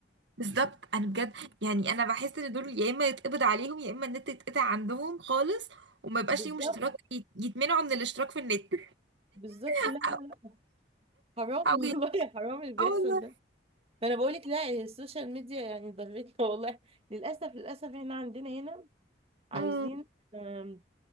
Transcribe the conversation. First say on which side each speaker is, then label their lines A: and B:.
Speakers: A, on the right; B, on the right.
A: بالظبط انا بجد يعني انا بحس ان دول يا اما يتقبض عليهم يا اما النت يتقطع عندهم خالص وما يبقاش
B: بالظبط
A: ليهم اشتراك يت- يتمنعوا من الاشتراك في النت
B: بالظبط لا
A: او
B: لا لا حرام
A: او
B: والله
A: ي-
B: <laughs> حرام اللي بيحصل
A: اه والله
B: ده ما انا بقولك لا السوشيال ميديا يعني ضرتنا <laughs> والله للاسف للاسف احنا عندنا هنا عايزين
A: امم
B: آم،